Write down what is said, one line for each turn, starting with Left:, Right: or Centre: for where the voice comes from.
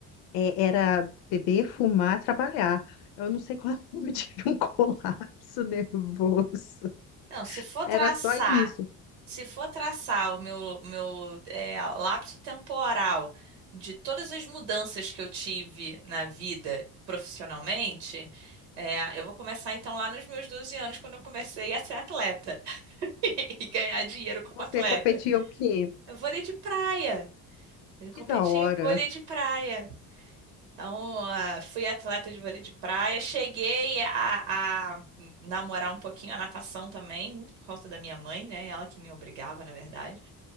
Left: É, era beber, fumar, trabalhar. Eu não sei quando <laughs> eu tive um colapso nervoso.
Right: Não, se for traçar
Left: Era só isso.
Right: Se for traçar o meu, meu eh, lapso temporal de todas as mudanças que eu tive na vida profissionalmente, eh, eu vou começar então lá nos meus 12 anos, quando eu comecei a ser atleta <laughs> e ganhar dinheiro como
Left: Você
Right: atleta.
Left: competia o quê?
Right: É Vôlei de praia. Eu
Left: Que
Right: competi
Left: da hora.
Right: em vôlei de praia. Então, ah, fui atleta de vôlei de praia. Cheguei a, a namorar um pouquinho a natação também, muito por causa da minha mãe, né? Ela que me obrigava, na verdade.